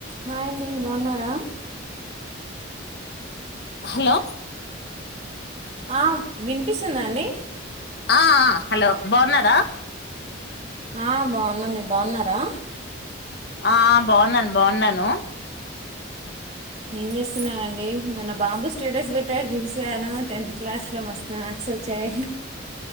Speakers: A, on the right (about 35°); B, on the left (about 55°).
A: hi అండి బాగున్నారా
B: hello
A: ఆ వినిపిస్తుందండి
B: ఆ హలో బాగున్నారా
A: ఆ బాగున్నా మీరు బాగున్నారా
B: ఆ బాగున్నాను బాగున్నాను
A: ఏం చేస్తున్నారండి మొన్న బాబు స్టేటస్ పెట్టటి చూశాను టెన్త్ క్లాస్లో మస్తు మార్క్స్ వచ్చాయి